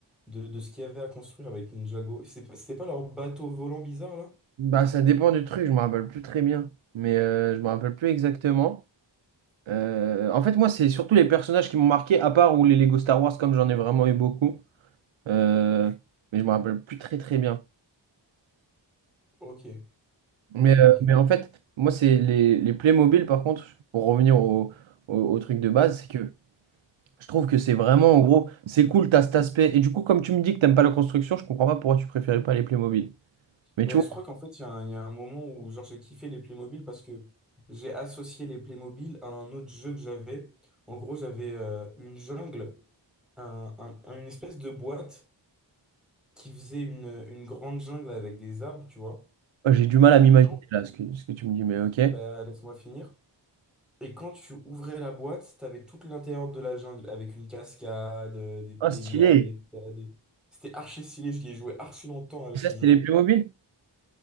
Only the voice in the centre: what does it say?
de, de ce qu'il y avait à construire avec Ninjago. C'est pas- C'était pas leur bateau volant bizarre là?
Ok,
ok,
ok.
Mais
je crois qu'en fait, il y a un, il y a un moment où genre, j'ai kiffé les Playmobil parce que j'ai associé les Playmobil à un autre jeu que j'avais. En gros, j'avais euh, une jungle, un- un- une espèce de boîte. qui faisait une, une grande jungle avec des arbres, tu vois.
Et quand,
bah, laisse-moi finir. Et quand tu ouvrais la boîte, t'avais tout l'intérieur de la jungle avec une cascade, euh, des, des
lianes, à escalader. C'était archi stylé, je l'ai joué archi longtemps à
ce
jeu.